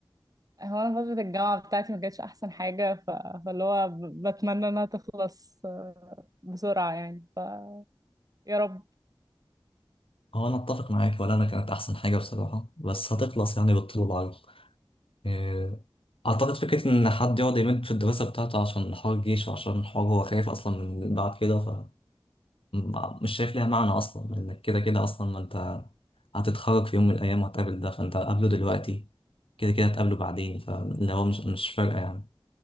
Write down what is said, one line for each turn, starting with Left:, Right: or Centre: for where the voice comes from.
Right: هو انا فترة الجامعة بتاعتي ما كانتش احسن حاجة ف... فاللي هو ب- بتمنى انها تخلص آه، بسرعة يعني ف يا رب
Left: هو أنا أتفق معاك ولا أنا كانت أحسن حاجة بصراحة بس هتخلص يعني بالطول والعرض آه، أعتقد فكرة إن حد يقعد يمد في الدراسة بتاعته عشان حوار الجيش وعشان حوار هو خايف أصلا من بعد كده ما- مش شايف ليها معنى اصلا لانك كده كده اصلا ما انت هتتخرج في يوم من الايام وهتقابل ده فانت قابله دلوقتي كده كده هتقابله بعدين فاللي هو مش مش فارقه يعني